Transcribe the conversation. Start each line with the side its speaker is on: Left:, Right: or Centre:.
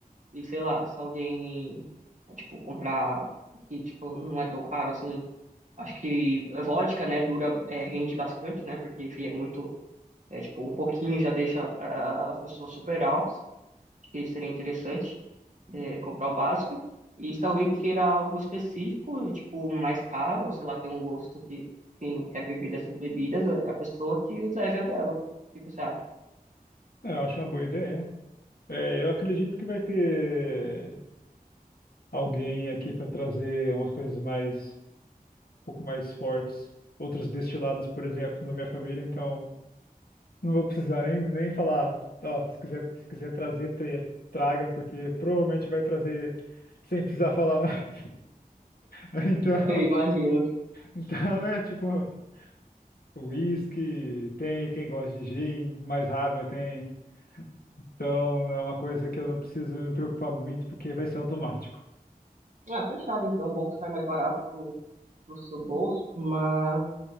Right: e sei lá, se alguém tipo comprar que tipo não é tão raro assim, acho que vodka, né, dura é, rende bastante, né? Porque enfim, é muito é tipo um pouquinho já deixa ah, as pessoas super altas. Acho que seria interessante. é, comprar o básico. E se alguém tira algo específico, e, tipo, mais caro, ou sei lá, tem um gosto que quem não quer beber dessas bebidas, é a pessoa que leve a dela. O que você acha?
Left: É, Eu acho uma boa ideia. É, eu acredito que vai ter alguém aqui para trazer umas coisas mais, um pouco mais fortes, outros destilados, por exemplo, da minha família. Então, Não vou precisar nem, nem falar. Ó, se quiser, se quiser trazer, tra- traga, porque provavelmente vai trazer sem precisar falar nada. <laughs> Então,
Right: É, Eu imagino.
Left: então, né? Tipo, whisky, tem quem gosta de gin, mais raro, mas tem. Então, é uma coisa que eu não preciso me preocupar muito, porque vai ser automático.
Right: Ah, fechado então, bom que sai mais barato pro, pro seu bolso, mas